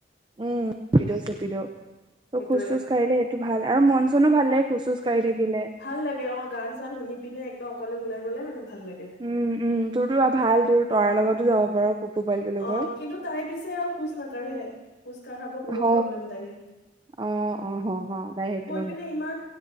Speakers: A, on the right; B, on the left.
A: উম চেপিডো চেপিডো
B: সেইটোৱে।
A: ত' খোজ চোজ কাঢ়িলে ভাল আৰু মন চনো ভাল লাগে খোজ চোজ কাঢ়ি থাকিলে
B: ভাল লাগে অ' গান চান শুনি পিনে একদম অকলে ওলাই গ'লে মানে। ভাল লাগে
A: উম উম তোৰতো ভাল তোৰ তৰাৰ লগতো যাব পাৰ। কুকু পোৱালিটোৰ লগত
B: অ' কিন্তু তাই পিছে আৰু খোজ নাকাঢ়ে খোজ। কঢ়াব বহত
A: হ
B: প্ৰব্লেম তাই।
A: অ' অ' অ' তাই সেইটো
B: পিনে ইমান